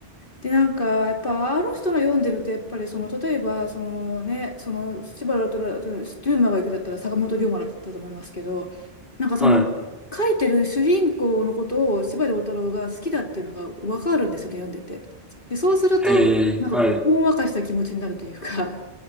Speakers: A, on the left; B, in the centre.
A: で、なんか、やっぱ、あの人の読んでると、やっぱり、その、例えば、そのね、その、司馬遼太郎、龍馬が行くだったら、坂本龍馬だったと思いますけど、なんかその、
B: は
A: 書いてる主人公のことを司馬遼太郎が好きだっていうのが分かるんですよね、読んでて。で、そうすると、
B: い。ええ、
A: なんかこう、
B: はい。
A: ほんわかした気持ちになるというか、